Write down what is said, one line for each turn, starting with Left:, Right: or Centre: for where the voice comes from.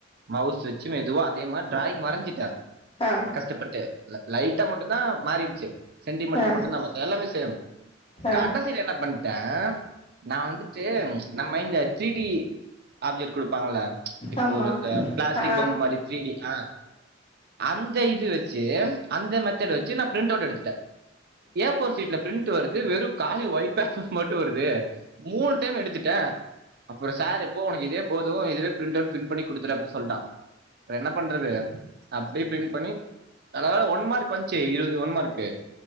Right: மவுஸ் வச்சி மெதுவா அதே மாரி டிராயிங் வரஞ்சிட்டே
Left: தா
Right: கஷ்டப்பட்டு லை லைட்டா மட்டுந்தா மாறிருச்சி சென்டி மீ
Left: ஆ
Right: ட்டர் மட்டுந்தா மத்த எல்லாமே சேமு
Left: ஆ
Right: கடசியில என்ன பண் டே நா வந்துட்டு நம்ம இந்த த்ரீ டி ஆப்ஜெக்ட் குடுப்பாங்கல்ல இப்ப
Left: ஆமா
Right: ஒரு இந்த பிளாஸ்டிக்
Left: ஆ
Right: பொம்ம மாரி த்ரீடி ஆ அந்த இது வச்சி அந்த மெத்தேடு வச்சி நா பிரிண்ட் அவுட் எடுத்துட்டே ஏஃபோர் சீட்ல பிரிண்ட் வருது வெறு காலி ஒய்ட் பேப்பர் மட்டு வருது மூண் டைம் எடுத்துட்டே அப்பறோ சார் போ ஒனக்கு இதே போது இதவே பிரிண்ட் அவுட் பின் பண்ணி குடுத்துரு அப்டின் சொல்ட்டா வேற என்ன பண்றது அப்டியே பிரிண்ட் பண்ணி நல்ல வேள ஒன் மார்க் வந்ச்சி இருவது ஒன் மார்க்